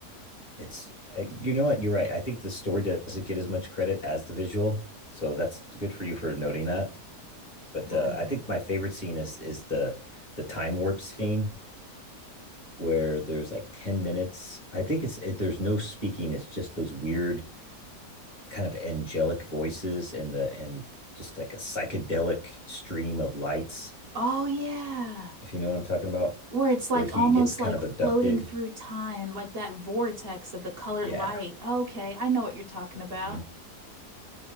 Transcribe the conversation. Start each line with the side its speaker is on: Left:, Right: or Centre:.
Left: it's, uh, you know what? You're right. I think the story doesn't get as much credit as the visual. So that's good for you for noting that. But uh,
Right: Oh yeah.
Left: I think my favorite scene is, is the, the time warp scene where there's like 10 minutes. I think it's it, there's no speaking, it's just those weird kind of angelic voices and the and just like a psychedelic stream of lights,
Right: Oh yeah.
Left: if you know what I'm talking about,
Right: Where it's like
Left: where he
Right: almost
Left: gets kind
Right: like
Left: of
Right: floating
Left: abducted.
Right: through time, like that vortex of the colored
Left: Yeah.
Right: light. Okay, I know what you're talking about.
Left: Mm-hmm.